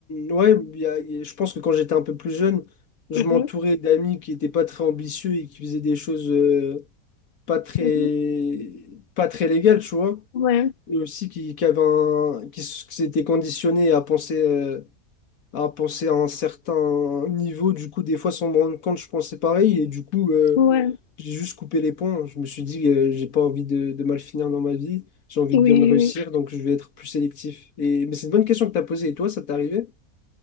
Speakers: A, on the left; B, on the left.
A: ouais, il y a- il y a- je pense que quand j'étais un peu plus jeune, je
B: Mhm,
A: m'entourais d'amis qui n'étaient pas très ambitieux et qui faisaient des choses euh, pas très,
B: mhm.
A: pas très légales, tu vois.
B: Ouais,
A: et aussi qui, qui avait un- qui, s- qui s'était conditionné à penser euh, à penser à un certain niveau. Du coup, des fois, sans me rendre compte, je pensais pareil. Et du coup, euh,
B: ouais,
A: j'ai juste coupé les ponts. Je me suis dit, euh, j'ai pas envie de, de mal finir dans ma vie. J'ai envie
B: oui,
A: de bien
B: oui,
A: réussir,
B: oui.
A: donc je vais être plus sélectif. Et... Mais c'est une bonne question que tu as posée. Et toi, ça t'est arrivé?